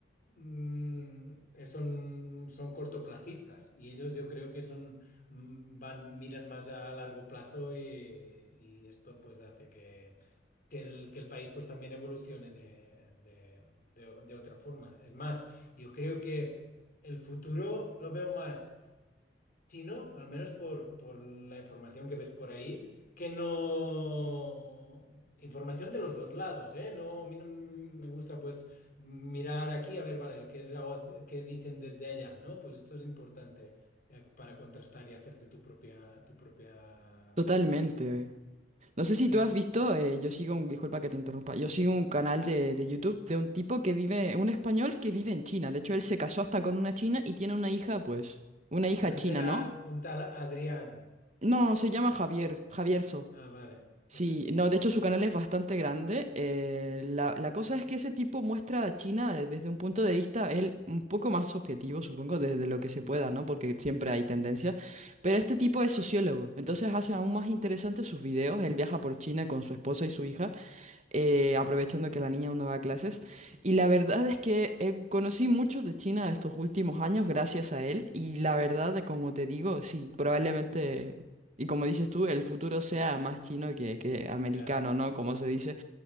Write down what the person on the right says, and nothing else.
Totalmente.
No sé si
tú has visto, eh, yo sigo un, disculpa que te interrumpa, yo sigo un canal de, de YouTube de un tipo que vive, un español que vive en China. De hecho, él se casó hasta con una china y tiene una hija, pues, una hija
china,
¿no?
No, se llama Javier, Javierso.
Sí,
no,
de hecho su canal es bastante grande. eh, la, la cosa es que ese tipo muestra a China de- desde un punto de vista, él un poco más objetivo, supongo, desde lo que se pueda, ¿no? Porque siempre hay tendencias. Pero este tipo es sociólogo, entonces hace aún más interesantes sus videos. Él viaja por China con su esposa y su hija eh, aprovechando que la niña aún no va a clases. Y la verdad es que eh, conocí mucho de China estos últimos años gracias a él. Y la verdad, como te digo, sí, probablemente, y como dices tú, el futuro sea más chino que, que americano,
¿no? Como se dice.